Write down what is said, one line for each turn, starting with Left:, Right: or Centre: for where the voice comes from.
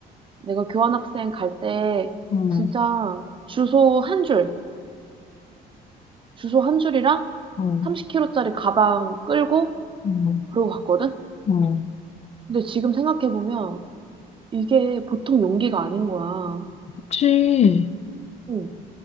Right: 내가 교환학생 갈 때
Left: 어,
Right: 진짜 주소 한 줄, 주소 한 줄이랑
Left: 어,
Right: 30kg짜리 가방 끌고
Left: 음,
Right: 그러고 갔거든?
Left: 음.
Right: 근데 지금 생각해보면 이게 보통 용기가 아닌 거야.
Left: 그치.
Right: 응,